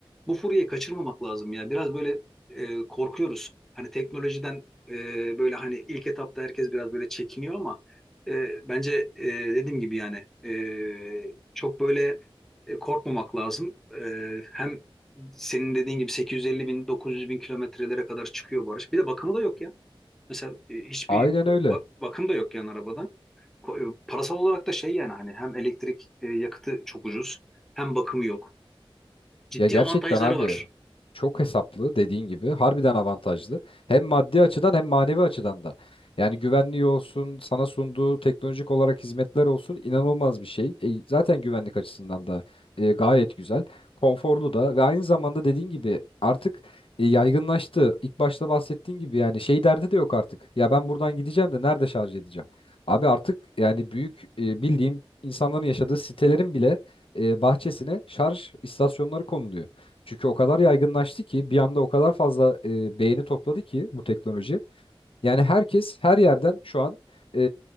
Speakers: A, in the centre; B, on the left.
A: bu furyayı kaçırmamak lazım ya. Biraz böyle e, korkuyoruz. Hani teknolojiden e, böyle hani ilk etapta herkes biraz böyle çekiniyor ama e, bence e, dediğim gibi yani e, çok böyle e, korkmamak lazım. E, hem senin dediğin gibi 850 bin 900 bin kilometrelere kadar çıkıyor bu araç. Bir de bakımı da yok ya. Mesela e, hiçbir
B: aynen öyle.
A: ba- bakım da yok yani arabadan. Ko- e, Parasal olarak da şey yani hani hem elektrik e, yakıtı çok ucuz hem bakımı yok. Ciddi
B: Ya gerçekten
A: avantajları
B: abi
A: var.
B: çok hesaplı dediğin gibi harbiden avantajlı. Hem maddi açıdan hem manevi açıdan da. Yani güvenliği olsun, sana sunduğu teknolojik olarak hizmetler olsun inanılmaz bir şey. E, zaten güvenlik açısından da e, gayet güzel, konforlu da ve aynı zamanda dediğin gibi artık e, yaygınlaştı. İlk başta bahsettiğin gibi yani şey derdi de yok artık. Ya ben buradan gideceğim de nerede şarj edeceğim? Abi artık yani büyük e, bildiğim insanların yaşadığı sitelerin bile e, bahçesine şarj istasyonları konuluyor. Çünkü o kadar yaygınlaştı ki bir anda o kadar fazla e, beğeni topladı ki bu teknoloji. Yani herkes her yerden şu an e,